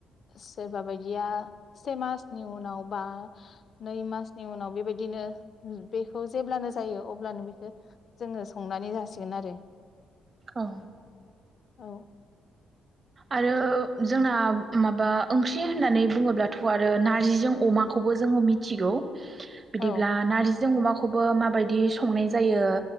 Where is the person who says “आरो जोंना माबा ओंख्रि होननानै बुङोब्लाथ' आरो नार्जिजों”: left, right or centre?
Right